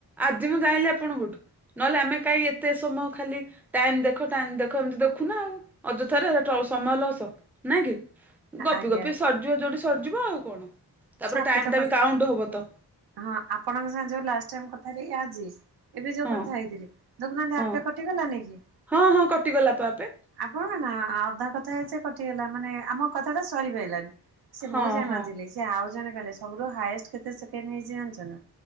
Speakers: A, in the centre; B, on the right (about 65°).
A: ଆଜି ମୁଁ ଯାଇଁଲିି ଆପଣଙ୍କଠୁ। ନହେଲେ ଆମେ କାହିଁ ଏତେ ସମୟ ଖାଲି ଟାଇମ ଦେଖ ଟାଇମ ଦେଖ ଏମିତି ଦେଖୁନା ଆଉ। ଅଯଥାରେ ସେଠୁ ଆଉ ସମୟ ଲସ୍। ନାଇଁ କି ଗପି
B: ଆଜ୍ଞା
A: ଗପି ସରିଯିବ ଯୋଉଠି ସରିଯିବ ଆଉ କଣ? ତାପରେ
B: ସେ ଆପେ
A: ଟାଇମ
B: ତ
A: ଟା
B: କରି
A: ବି କାଉଣ୍ଟ ହବ ତ।
B: ହଁ, ଆପଣଙ୍କ ସାଙ୍ଗେ ଯୋଉ ଲାଷ୍ଟ ଟାଇମ୍ କଥା ହେଲି ଆଜି ଏବେ ଯୋଉ
A: ହଁ
B: କଥା ହେଇଥିଲି ଦେଖୁନାହାନ୍ତି
A: ହଁ
B: ଆପେ କଟିଗଲାନି କି?
A: ହଁ ହଁ କଟିଗଲା ପା ଆପେ।
B: ଆପଣ ନା ଅଧା କଥା ହେଇଚେ କଟିଗଲା ମାନେ ଆମ କଥା ଟା ସରିପାରିଲାନି। ସେ ମୁଁ
A: ହଁ
B: ଜାଣିନଥିଲି
A: ହଁ।
B: ସେ ଆଉ ଜଣେ କହିଲେ ସବୁଠୁ ହାଏଷ୍ଟ କେତେ ସେକେଣ୍ଡ ହେଇଚି ଜାଣିଚ ନା?